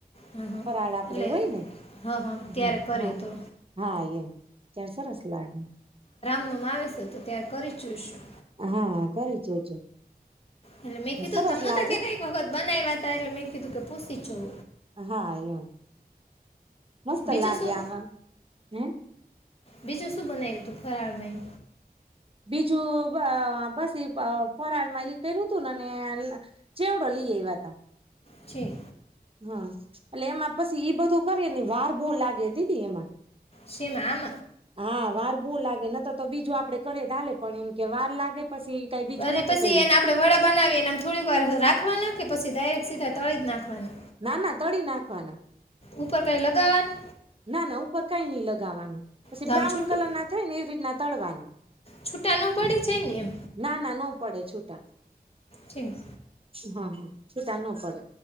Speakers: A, on the left; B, on the right.
A: હા હા
B: ફરાળ આપડે
A: એટલે
B: હોય ને
A: હા હા ત્યારે
B: હ
A: કરીએ
B: હા
A: તો
B: હા એમ તાર સરસ લાગે.
A: માં આવે છે તો ત્યાં કરી જોઈશું.
B: હા કરી જોજો.
A: એટલે મેં કીધું
B: સરસ
A: તમને
B: લાગે
A: તો એક વખત બનાવ્યા હતા એટલે મે કીધું કે પૂછીું
B: હા એમ મસ્ત
A: બીજું
B: લાગે
A: શું
B: આમાં હે
A: બીજું શું બનાવ્યું તું ફરાળમય
B: બીજું બસ ફરાળ માં કર્યું તું નેને ચેવડો લઈએ એવા તા
A: છે.
B: હા એટલે એમાં પછી ઈ બધું કરીએ ને વાર બહ લાગે હતી એમાં.
A: શી મામ.
B: હાવાર બહુ લાગે ન તો તો બીજું આપડે કરેાલે પણ એમ કે વાર લાગે. પછી કઈ બીજું
A: અને
B: નતું
A: પછી
B: કર્યું
A: એને આપડે વડા બનાવી એને થોડીક વાર રાખવાના કે પછી ડાયરેક સીધા તળી જ નાખવાના.
B: ના ના તળી નાખવાના.
A: ઉપર કઈ લગાવવાનું?
B: ના ના ઉપર કઈ નઈ લગાવાનું પછી
A: તો
B: બ્રાઉન
A: આમ છૂટું
B: કલર ના થાય ને એવી રીતના તળવાનું.
A: છૂટા ન પડે જ ને એમ?
B: ના ના ન પડે છૂટા.
A: જી
B: હા હા. છૂટા ન પડે